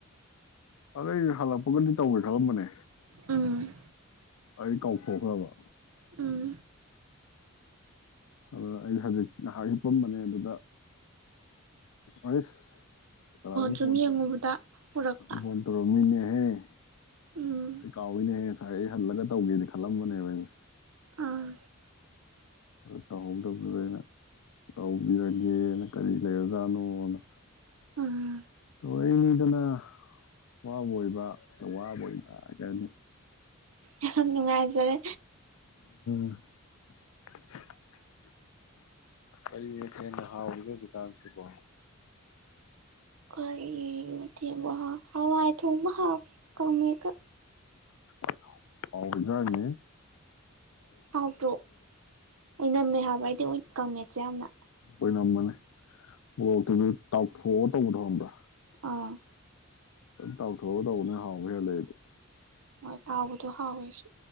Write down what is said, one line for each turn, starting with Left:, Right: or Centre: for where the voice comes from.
Left: ꯑꯗꯩꯗꯤ ꯍꯜꯂꯛꯄꯒꯅꯤ ꯇꯧꯔꯤ ꯔꯝꯕꯅꯦ
Right: ꯎꯝ
Left: ꯑꯩ ꯀꯥꯎꯊꯣꯛꯈ꯭ꯔꯕ
Right: ꯎꯝ
Left: ꯑꯗꯨ ꯑꯩ ꯍꯧꯖꯤꯛ ꯉꯥꯏꯍꯥꯛ ꯍꯤꯞꯄꯝꯕꯅꯦ ꯑꯗꯨꯗ ꯍꯩꯁ ꯀꯅꯥꯅꯣꯝ
Right: ꯁꯨꯝ
Left: ꯐꯣꯟ
Right: ꯌꯦꯡꯉꯨꯕꯗ ꯎꯔꯛꯄ
Left: ꯐꯣꯟ ꯇꯧꯔꯝꯃꯤꯅꯦ ꯎꯝ
Right: ꯎꯝ
Left: ꯑꯩ ꯀꯥꯎꯏꯅꯦꯍꯦ ꯁꯥꯏ ꯑꯩ ꯍꯟꯕꯗ ꯇꯧꯒꯦꯗꯤ ꯈꯜꯂꯝꯕꯅꯦꯕ <unintelligible>
Right: ꯑꯥ
Left: ꯑꯗꯨ ꯇꯧꯍꯧꯗꯕꯗꯨꯗ ꯑꯩꯅ ꯇꯧꯕꯤꯔꯒꯦꯅ ꯀꯔꯤ ꯂꯩꯔꯖꯥꯠꯅꯣꯅ
Right: ꯎꯝ
Left: ꯑꯣꯏꯅꯤꯗꯅ ꯋꯥꯕꯣꯏꯕ ꯁꯨꯝ ꯋꯥꯕꯣꯏꯕ ꯀꯩꯍꯥꯏꯅꯤ
Right: ꯌꯥꯝ ꯅꯨꯡꯉꯥꯏꯖꯔꯦ
Left: <unintelligible> ꯀꯔꯤ ꯃꯊꯦꯟꯅ ꯍꯥꯎꯔꯤꯒꯦ ꯍꯧꯖꯤꯛꯀꯥꯟꯁꯤꯕꯣ
Right: ꯀꯔꯤ ꯃꯊꯦꯟꯕꯨ ꯍꯥꯎ ꯍꯋꯥꯏ ꯊꯣꯡꯕ ꯍꯥꯎ ꯀꯥꯡꯃꯦꯠꯀ
Left: ꯑꯁ ꯍꯥꯎꯕ ꯏꯟꯖꯥꯡꯅꯤꯍꯦ
Right: ꯍꯥꯎꯇ꯭ꯔꯣ ꯑꯣꯏꯅꯝꯃꯦ ꯍꯥꯏꯕ ꯑꯩꯗꯤ ꯑꯣꯏ ꯀꯥꯃꯦꯠꯁꯦ ꯌꯥꯝꯅ
Left: ꯑꯣꯏꯅꯝꯕꯅꯦ ꯃꯣꯔꯣꯛꯇꯨꯗꯨ ꯇꯥꯎꯊꯣꯛꯑ ꯇꯧꯕꯗꯣ ꯈꯪꯕ꯭ꯔꯥ
Right: ꯑꯥ
Left: ꯇꯥꯎꯊꯣꯛꯑ ꯇꯧꯕꯗꯨꯅ ꯍꯥꯎꯕ ꯍꯦꯜꯂꯦ ꯑꯩꯗꯤ
Right: ꯃꯣꯏ ꯇꯥꯥꯎꯕꯗꯣ ꯍꯥꯎꯋꯦ ꯑꯩꯁꯨ